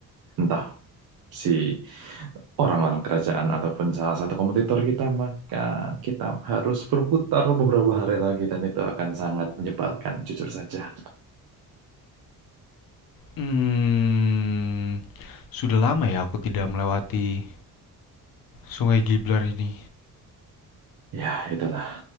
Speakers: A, on the right; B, on the left.
A: entah si orang-orang kerajaan ataupun salah satu kompetitor kita, maka kita harus berputar beberapa hari lagi dan itu akan sangat menyebalkan, jujur saja.
B: Hmm, sudah lama ya aku tidak melewati Sungai Giblar ini.
A: Ya, itulah.